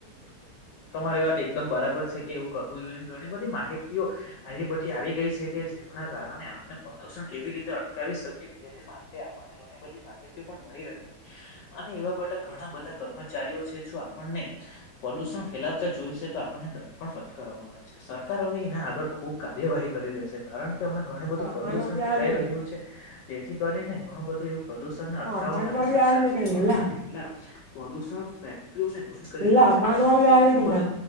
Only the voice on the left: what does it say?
તમારી વાત એકદમ બરાબર છે કે એવું કરવું જોઈએ ઘણી બધી માહિતીઓ આવી બધી આવી ગઈ છે કે જેમના કારણે આપણે પ્રદુષણ કેવી રીતે અટકાવી શકીએ તેને માટે આપણને ઘણી બધી માહિતી પણ મળી રહે છે, અને એવા બાધા ઘણા બધા કર્મચારીઓ ઓ છે જો આપણને પ્રદુષણ ફેલાવતા જોઈશે તો આપણને દંડ પણ ફટકારવામાં આવેશે, સરકાર હવે એને આગળ ખુબ કાર્યવાહી કરીદે છે, કારણ કે આપણે ઘણું બધું
પ્રદુષણ
ફેલાઈ
રહ્યું
છે, જેથી કરીને ઘણું બધું એવું પ્રદૂષણને અટકાવવા
માટે
સરકારશ્રી
ઓ
હમણાં કેટલાક પ્રદુષણ ફે તઓને ભંધ કરી
રહી
છે કારણકે
તે
એટલો
બધો,